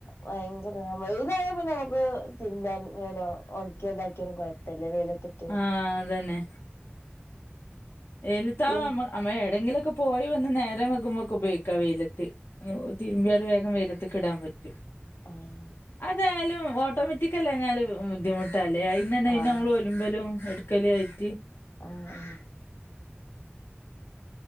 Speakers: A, on the left; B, on the left.
A: ഭയങ്കര വെയിലായ പിന്നെ നമുക്ക് തിന്ന്തൻ ഒണക്കിതാക്കിയാലും കുഴപ്പമില്ല വെയിലത്തിട്ട്
B: ആഹ് അതന്നെ വെയ്ലത്താവ
A: ത്
B: നമ്മ നമ്മൾ എവിടെങ്കിലൊക്കെ പോയി വന്ന് നേരെം വൈകുമ്പോൾ ഉപയോഗിക്കാം വെയിലത്ത് തിരുമ്പിയാൽ വേഗം വെയില വെയിലത്ത്ക്ക് ഇടാൻ പറ്റും
A: ആഹ്
B: അതായാലും ഓട്ടോമാറ്റിക്കല്ലന്നാല് ബുദ്ധിമു തലയിന്നന്നെ അതിന്
A: ആഹ്
B: നമ്മള് ഒലുമ്പലും എടുക്കലും ആയിട്ട്.
A: ആഹ് ആഹ്